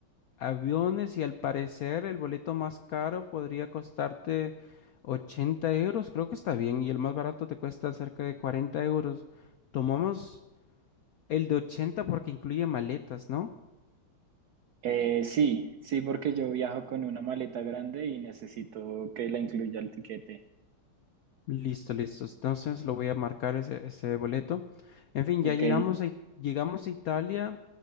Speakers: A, on the left; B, on the right.
A: aviones y al parecer el boleto más caro podría costarte 80 euros, creo que está bien, y el más barato te cuesta cerca de 40 euros. Tomamos el de 80 porque incluye maletas, ¿no?
B: Eh, sí, sí, porque yo viajo con una maleta grande y necesito que la incluya el tiquete.
A: Listo, listo. Entonces lo voy a marcar ese, ese boleto. En fin,
B: Ok,
A: ya llegamos a, llegamos a Italia,